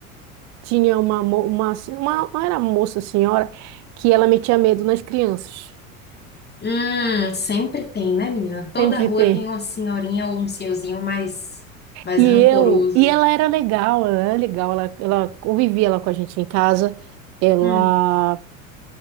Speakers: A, on the right; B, on the left.
A: tinha uma, mo- uma, uma, não era moça, senhora, que ela metia medo nas crianças.
B: Hum, sempre tem, né, menina? Toda
A: Sempre
B: rua
A: tem.
B: tem uma senhorinha ou um senhorzinho mais, mais
A: E
B: rancoroso.
A: eu, e ela era legal, ela era legal, ela, ela convivia lá com a gente em casa, ela
B: Hum,